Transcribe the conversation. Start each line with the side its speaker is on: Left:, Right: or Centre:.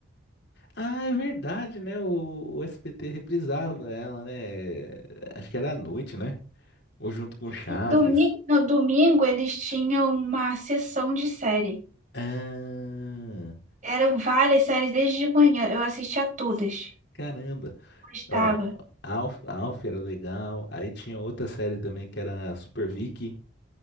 Left: Ah, é verdade, né? O, o SBT reprisava ela, né? Acho que era à noite, né? Ou junto com Chaves.
Right: E domingo, no domingo eles tinham uma sessão de série.
Left: Ah,
Right: Eram várias séries desde de manhã, eu assistia todas.
Left: caramba.
Right: Gostava.
Left: Ó, Alf, Alf era legal. Aí tinha outra série também que era Super Vicky.